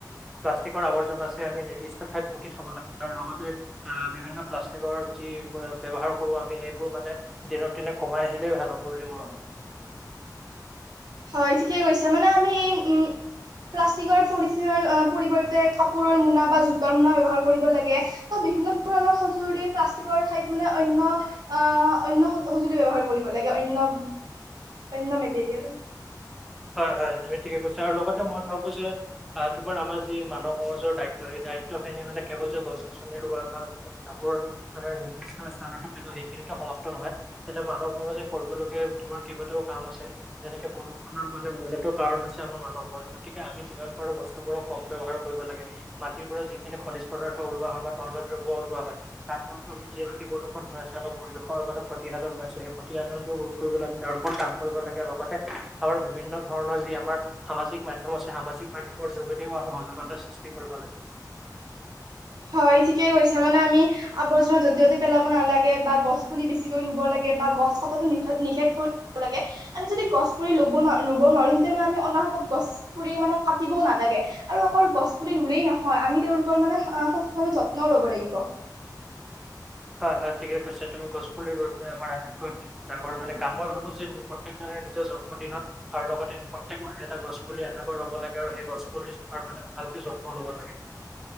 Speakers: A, in the centre; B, on the right.
A: প্লাষ্টিকৰ আৱৰ্জ আছে আমি নিৰ্দিষ্ট ঠাইত পুতি থব লাগে আৰু লগতে অ' বিভিন্ন প্লাষ্টিকৰ যি ব্যৱহাৰ কৰো আমি সেই এইটো মানে দিনক দিনে কমাই আহিলেই ভাল হ'ব বুলি মই ভাবো।
B: হয়, ঠিকে কৈছে মানে আমি এই উম প্লাষ্টিকৰ পলিঠিনৰ পৰিৱৰ্তে কাপোৰৰ মোনা বা জোতৰ মোনা ব্যৱহাৰ কৰিব লাগে। ত বিভিন্ন ধৰণৰ সজুলি প্লাষ্টিকৰ ঠাইত মানে অন্য অ' অন্য সঁজুলি ব্যৱহাৰ কৰিব লাগে, অন্য অন্য মেটেৰিয়েল
A: হয়, হয় তুমি ঠিকে কৈছা আৰু লগতে মই ভাবোঁ যে আহ তোমাৰ আমাৰ যি মানৱ সমাজৰ দায়িত্ব সেই দায়িত্ব খিনি মানে কেৱল যে গছ গছনি ৰোৱা বা জাবৰ মানে নিৰ্দিষ্ট স্থানতে পেলোৱা সেইখিনিতো সমাপ্ত নহয়। এটা মানৱ সমাজে কৰিবলগীয়া তোমাৰ কেইবাটাও কাম আছে যেনেকে প নৰ মানে মূলত কাৰণ হৈছে আমাৰ মানুহৰ গতিকে আমি যিমান পাৰোঁ বস্তুবোৰো কম ব্যৱহাৰ কৰিব লাগে। মাটিৰ পৰা যিখিনি খনিজ পদাৰ্থ ওলোৱা হয় বা তৰল দ্ৰব্য ওলোৱা হয়। তাৰ ফলতো আমাৰ যি ক্ষতি প্ৰদূষণ হৈ আছে আমাৰ পৰিৱেশৰ মানে ক্ষতিসাধন হৈ আছে সেই ক্ষতিসাধনবোৰো কৰিব আমি তাৰ ওপৰত কাম কৰিব লাগে, লগতে আমাৰ বিভিন্ন ধৰণৰ যি আমাৰ সামাজিক মাধ্যম আছে, সামাজিক মাধ্যমৰ যোগেদিও আমি সজতা সৃষ্টি কৰিব লাগে।
B: হয় ঠিকেই কৈছে, মানে আমি আৱৰ্জনা যতে ততে পেলাব নালাগে বা গছ পুলি বেছিকৈ লব লাগে বা গছ কতো নিখেক নিষেধ কৰি লাগে আমি যদি গছ পুলি ৰুব নোৱাৰিম তেনেহলে অনাহত গছ পুৰি মানে কাটিব নালাগে আৰু অকল গছ পুলি ৰুলেই নহয় আমি তেওঁওলোকৰ মানে অ' সঠিকভাৱে যত্ন ল'ব লাগিব।
A: হয় হয় ঠিকে কৈছা তুমি গছপুলিৰ ৰৱাটোয়েই আমাৰ আটইতকৈ ডাঙৰ মানে কাম মই ভাবো প্ৰত্যেকজনে নিজৰ জন্মদিনত আৰু লগতে প্ৰত্যেক মাহে এটা গছ পুলি এটাকৈ ৰ'ব লাগে আৰু সেই গছ পুলি মানে ভালকে যত্ন ল'ব লাগে।